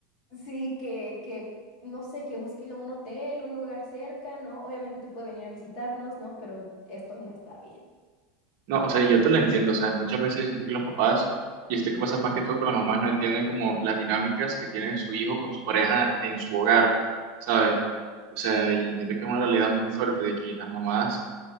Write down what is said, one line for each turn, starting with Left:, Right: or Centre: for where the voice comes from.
Left: sí, que, que, no sé, que busque un hotel, un lugar cerca, ¿no? Obviamente puede venir a visitarnos, ¿no? Pero esto no está bien.
Right: No, o sea, yo te lo entiendo, o sea, muchas veces siento que los papás, y esto que pasa más que todo con las mamás, no entienden como las dinámicas que tiene su hijo con su pareja en su hogar, ¿sabes? O sea, y siento que es una realidad muy fuerte de que las mamás